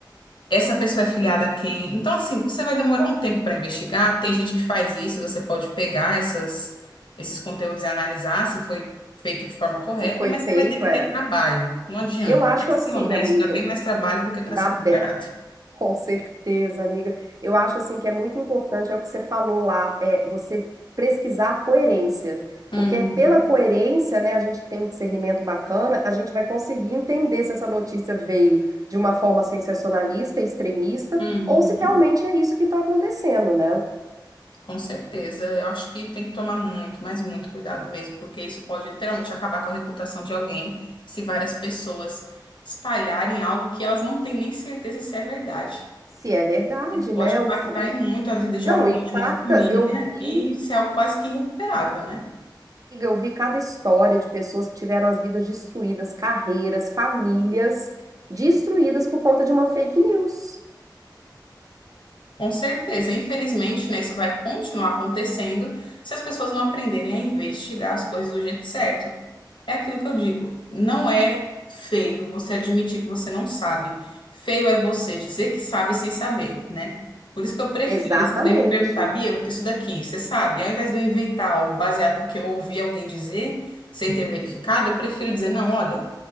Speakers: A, on the left; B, on the right.
A: essa pessoa é filiada a quem. Então, assim, você vai demorar um tempo para investigar. Tem gente que faz isso, e você pode pegar essas, esses conteúdos e analisar se foi feito de forma correta,
B: Se foi
A: mas
B: feito,
A: você vai ter que
B: é.
A: ter trabalho. Não adianta.
B: Eu acho
A: Para
B: assim,
A: ser honesto,
B: amiga,
A: dá bem mais trabalho do que para
B: dá
A: ser
B: bem.
A: mais barato.
B: Com certeza, amiga. Eu acho assim que é muito importante, é o que você falou lá, é você pesquisar a coerência.
A: Uhum,
B: Porque é pela coerência, né, a gente que tem um discernimento bacana, a gente vai conseguir entender se essa notícia veio de uma forma sensacionalista, extremista,
A: uhum.
B: ou se realmente é isso que está acontecendo, né?
A: Com certeza. Eu acho que tem que tomar muito, mas muito cuidado mesmo, porque isso pode literalmente acabar com a reputação de alguém se várias pessoas espalharem algo que elas não têm nem certeza se é verdade.
B: Se é verdade,
A: Pode
B: né?
A: impactar
B: O, fu- e-
A: em muito a vida de
B: não,
A: alguém,
B: impacta,
A: de uma família,
B: eu vi.
A: e ser algo quase que irrecuperável, né?
B: Amiga, Eu vi cada história de pessoas que tiveram as vidas destruídas, carreiras, famílias destruídas por conta de uma fake news.
A: Com certeza. Infelizmente, né, isso vai continuar acontecendo se as pessoas não aprenderem a investigar as coisas do jeito certo. É aquilo que eu digo. Não é feio você admitir que você não sabe. Feio é você dizer que sabe sem saber, né? Por isso que eu prefiro,
B: Exatamente.
A: se alguém me perguntar, Bia, isso daqui, você sabe? Ao invés de eu inventar algo baseado no que eu ouvi alguém dizer, sem ter verificado, eu prefiro dizer, não, olha.